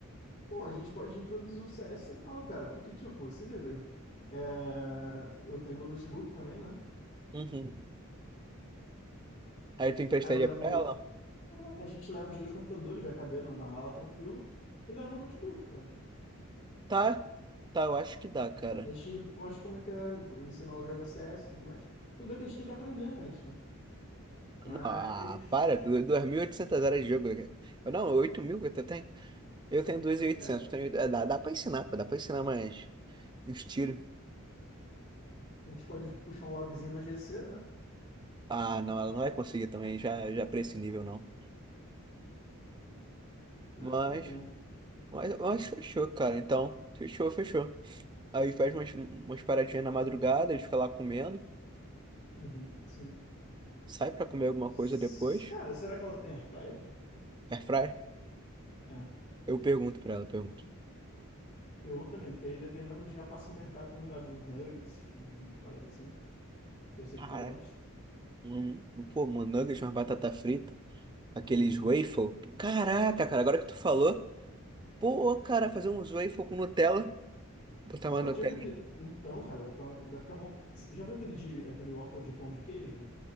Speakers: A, on the left; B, on the right.
A: Bom, a gente pode introduzir o CS nela, cara. Porque, tipo, se liga. É, Eu tenho meu notebook também, né?
B: Uhum. Aí tu emprestaria
A: Aí eu levo.
B: pra ela?
A: A gente leva os dois computadores, vai caber na na mala tranquilo. E leva o notebook, cara.
B: Tá, tá, eu acho que dá, cara.
A: A gente mostra como é que é, ensina ela a jogar CS e tudo mais. Tudo bem que a gente tem que aprender antes, né? Mas.
B: Não, ah, para, duas mil e oitocentas horas de jogo. cara. Eu Não, 8.000 que eu tenho. Eu tenho 2.800.
A: é,
B: Tenho, é, dá, dá pra ensinar, pô, dá pra ensinar mais uns tiros.
A: a gente pode puxar um lobbyzinho na GC, né?
B: Ah, não, ela não vai conseguir também, já, já pra esse nível, não. Mas,
A: Ah, tudo bem.
B: mas, mas fechou, cara. Então, fechou, fechou. Aí faz umas, umas paradinhas na madrugada, a gente fica lá comendo.
A: Uhum, sim.
B: Sai pra comer alguma
A: S-
B: coisa depois.
A: Cara, será que ela tem airfryer?
B: Airfryer?
A: É.
B: Eu pergunto pra ela, pergunto.
A: Pergunto também, porque aí dependendo, já passa no mercado também, leva uns nuggets, umas paradas assim, que eu sei
B: Cara,
A: que tu gosta.
B: Uhum. Pô, um nuggets, uma batata frita, aqueles
A: Uhum.
B: waffle. Caraca, cara, agora que tu falou, pô, cara, fazer uns waffle com Nutella, botar
A: Pô,
B: uma Nutelinha.
A: tu já viu aquele. Então, cara, vai ficar, vai ficar bom. Já viu aquele, de, aquele waffle de pão de queijo?